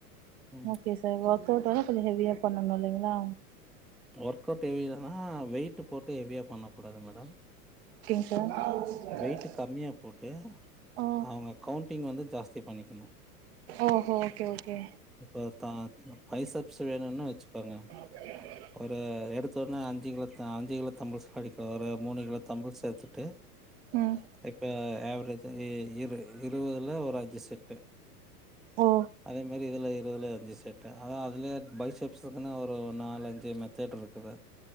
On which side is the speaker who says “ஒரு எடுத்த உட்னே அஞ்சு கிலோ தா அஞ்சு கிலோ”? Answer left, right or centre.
Centre